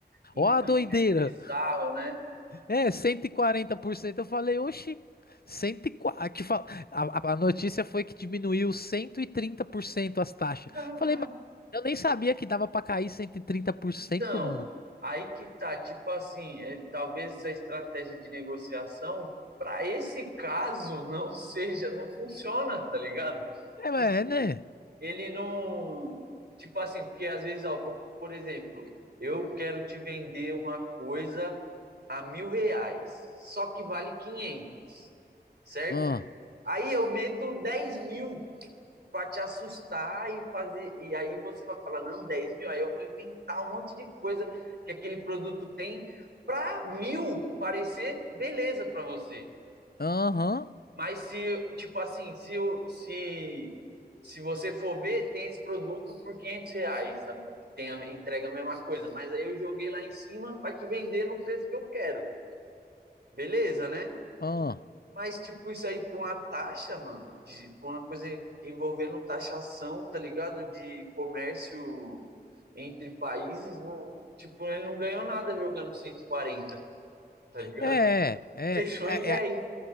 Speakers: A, on the right; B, on the left.
A: Então,
B: Ó a doideira!
A: meio bizarro, né?
B: É, 140%. Eu falei, oxi, 140, que fa- a, a- a notícia foi que diminuiu 130% as taxas.
A: <laughs>
B: Falei, mas eu nem sabia que dava pra cair 130%,
A: Então,
B: mano.
A: aí que tá, tipo assim, é, talvez essa estratégia de negociação para esse caso <laughs> não seja, não funciona, tá ligado?
B: É, mas
A: Porque
B: é, né?
A: ele não, tipo assim, porque às vezes, ó, vamos- por exemplo, eu quero te vender uma coisa a mil reais, só que vale quinhentos certo?
B: Ah,
A: Aí eu meto 10 mil para te assustar e fazer. E aí você vai falar, não, 10 mil, aí eu vou inventar um monte de coisa que aquele produto tem para mil parecer beleza para você.
B: Aham,
A: Mas se, tipo assim, se, eu, se, se você for ver, tem esse produto por 500 reais, sabe? que tem a, entrega a mesma coisa, mas aí eu joguei lá em cima para te vender no preço que eu quero. Beleza, né?
B: ah.
A: Mas, tipo, isso aí por uma taxa, mano, de, por uma coisa envolvendo taxação, tá ligado? De comércio entre países, não, tipo, ele não ganhou nada jogando 140, tá ligado?
B: É,
A: <laughs>
B: é, é,
A: Fechou em dez
B: é,